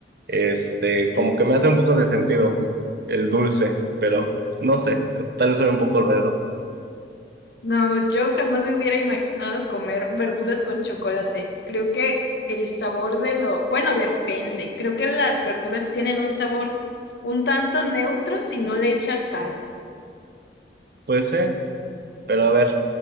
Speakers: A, on the right (about 55°); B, on the left (about 70°).
A: Este, como
B: en-
A: que me hace un poco de sentido el dulce, pero no sé, tal vez soy un poco raro.
B: no, yo jamás me hubiera imaginado comer verduras con chocolate. Creo que el sabor de lo, bueno, depende. Creo que las verduras tienen un sabor un tanto neutro si no le echas sal.
A: Pues sí, pero a ver,